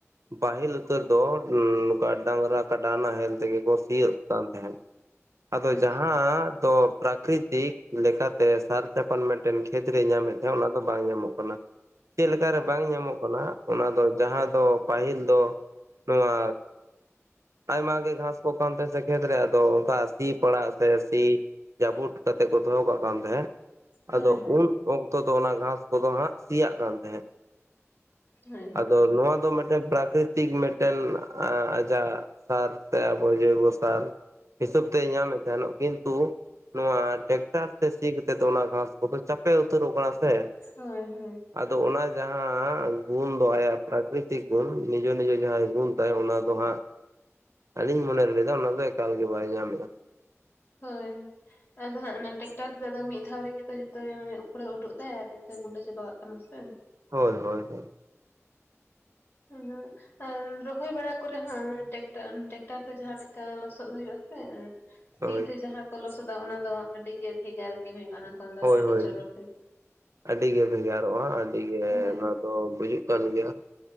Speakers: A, on the right; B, on the left.
A: ᱯᱟᱦᱤᱞ ᱩᱛᱟᱹᱨ ᱫᱚ ᱱᱚᱝᱠᱟ ᱰᱟᱝᱨᱟ ᱠᱟᱰᱟ ᱱᱟᱦᱮᱞ ᱛᱮᱜᱮ ᱠᱚ ᱥᱤᱭᱚᱜ ᱠᱟᱱ ᱛᱟᱦᱮᱸᱫ ᱾ ᱟᱫᱚ
B: ᱟᱪᱪᱷᱟ
A: ᱡᱟᱦᱟᱸ ᱫᱚ ᱯᱨᱟᱠᱨᱤᱛᱤᱠ ᱞᱮᱠᱟ ᱛᱮ ᱥᱟᱨ ᱪᱟᱯᱟᱱᱢᱮᱱᱴ ᱢᱤᱫᱴᱮᱱ ᱠᱷᱮᱛ ᱨᱮᱭ ᱧᱟᱢᱮᱫ ᱛᱟᱦᱮᱸᱱᱟ ᱚᱱᱟ ᱫᱚ ᱵᱟᱝ ᱧᱟᱢᱚᱜ ᱠᱟᱱᱟ ᱾ ᱪᱮᱫᱞᱠᱟ ᱨᱮ ᱵᱟᱝ ᱧᱟᱢᱚᱜ ᱠᱟᱱᱟ ᱚᱱᱟ ᱫᱚ ᱡᱟᱦᱟᱸ ᱫᱚ ᱯᱟᱹᱦᱤᱞ ᱫᱚ ᱱᱚᱣᱟ ᱟᱭᱢᱟ ᱜᱮ ᱜᱷᱟᱥ ᱠᱚ ᱠᱟᱱᱛᱮ ᱥᱮ ᱠᱷᱮᱛ ᱨᱮ ᱟᱫᱚ ᱚᱱᱠᱟ ᱥᱤ ᱯᱟᱲᱟᱜ ᱥᱮ ᱥᱤ ᱡᱟᱹᱵᱩᱰ ᱠᱟᱛᱮᱜ ᱠᱚ ᱫᱚᱦᱚ ᱠᱟᱜ ᱠᱟᱱ ᱛᱟᱦᱮᱸᱫ
B: ᱦᱳᱭ
A: ᱟᱫᱚ
B: ᱦᱳᱭ
A: ᱩᱱ ᱚᱠᱛᱚ ᱫᱚ ᱚᱱᱟ ᱜᱷᱟᱥ ᱠᱚ ᱫᱚ ᱦᱟᱸᱜ ᱥᱤᱭᱟᱜ ᱠᱟᱱ ᱛᱟᱦᱮᱸᱜ
B: ᱦᱳᱭ
A: ᱟᱫᱚ ᱱᱚᱣᱟ ᱫᱚ ᱢᱤᱫᱴᱮᱱ ᱯᱨᱟᱠᱨᱤᱛᱤᱠ ᱢᱤᱫᱴᱮᱱ ᱟᱸ ᱟᱡᱟᱜ ᱥᱟᱨ ᱥᱮ ᱟᱵᱚ ᱡᱳᱭᱵᱚ ᱥᱟᱨ ᱦᱤᱥᱟᱹᱵ ᱛᱮ ᱧᱟᱢᱮᱫ ᱛᱟᱦᱮᱱᱼᱚᱜ ᱠᱤᱱᱛᱩ, ᱱᱚᱣᱟ ᱴᱮᱠᱴᱟᱨ ᱛᱮ ᱥᱤ ᱠᱟᱛᱮᱜ ᱫᱚ ᱚᱱᱟ ᱜᱷᱟᱥ ᱠᱚᱫᱚ ᱪᱟᱯᱮ ᱩᱛᱟᱹᱨᱚᱜ ᱠᱟᱱᱟ ᱥᱮ
B: ᱦᱳᱭ ᱦᱳᱭ
A: ᱟᱫᱚ ᱚᱱᱟ ᱡᱟᱦᱟᱸ ᱜᱩᱱ ᱫᱚ ᱟᱭᱟᱜ ᱯᱨᱟᱠᱨᱤᱛᱤᱠ ᱜᱩᱱ ᱱᱤᱡᱳ ᱱᱤᱡᱮ ᱡᱟᱦᱟᱸ ᱜᱩᱱ ᱛᱟᱭ ᱚᱱᱟ ᱫᱚ ᱦᱟᱸᱜ ᱟᱹᱞᱤᱧ ᱢᱚᱱᱮ ᱞᱮᱫᱟ ᱚᱱᱟᱫᱚ ᱮᱠᱟᱞ ᱜᱮ ᱵᱟᱭ ᱧᱟᱢᱮᱜᱼᱟ ᱾
B: ᱦᱳᱭ ᱾ ᱟᱫᱚ ᱦᱟᱸᱜ ᱚᱱᱟ ᱴᱮᱠᱴᱟᱨ ᱛᱮᱫ ᱫᱚ ᱢᱤᱫ ᱫᱷᱟᱣ ᱨᱮᱜᱮ ᱛᱚ ᱡᱚᱛ ᱢᱟᱱᱮ ᱩᱯᱲᱟᱹᱣ ᱩᱰᱩᱜ ᱫᱟᱭ ᱟᱨ ᱜᱩᱸᱰᱟᱹ ᱪᱟᱵᱟ ᱠᱟᱜ ᱠᱟᱱᱟ ᱥᱮ,
A: ᱦᱳᱭ, ᱦᱳᱭ ᱾
B: <unintelligible> ᱨᱚᱦᱚᱭ ᱵᱟᱲᱟ ᱠᱚᱨᱮ ᱦᱚᱸ ᱴᱨᱮᱠᱴᱚᱨ ᱛᱮ ᱡᱟᱦᱟᱸ ᱞᱮᱠᱟ ᱞᱚᱥᱚᱫ ᱦᱩᱭᱩᱜ ᱟᱥᱮ
A: ᱦᱳᱭ
B: ᱥᱤ ᱛᱮ ᱡᱟᱦᱟᱸ ᱠᱚ ᱞᱚᱥᱚᱫᱟ ᱚᱱᱟ ᱫᱚ ᱟᱹᱰᱤ ᱜᱮ ᱵᱷᱮᱜᱟᱨ ᱜᱮ ᱦᱩᱭᱩᱜᱼᱟ ᱚᱱᱟ ᱠᱷᱚᱱ ᱫᱚ
A: ᱦᱳᱭ
B: ᱟᱨ ᱟᱹᱰᱤ
A: ᱦᱳᱭ
B: ᱪᱚᱨᱚᱠ ᱦᱩᱭᱩᱜᱼᱟ
A: ᱟᱹᱰᱤ ᱜᱮ ᱵᱷᱮᱜᱟᱨᱚᱜᱼᱟ, ᱟᱹᱰᱤ ᱜᱮ
B: ᱦᱳᱭ
A: ᱱᱚᱣᱟ ᱚ ᱵᱩᱡᱩᱜ ᱠᱟᱱ ᱜᱮᱭᱟ ᱾